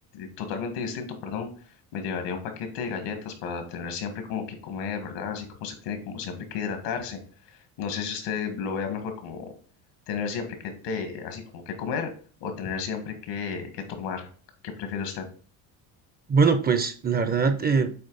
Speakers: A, on the left (about 75°); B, on the right (about 20°).
A: totalmente distinto, perdón, me llevaría un paquete de galletas para tener siempre como que comer, ¿verdad? Así como se tiene como siempre que hidratarse. No sé si usted lo vea mejor como tener siempre que te, así como que comer o tener siempre que, que tomar. ¿Qué prefiere usted?
B: Bueno, pues la verdad, eh,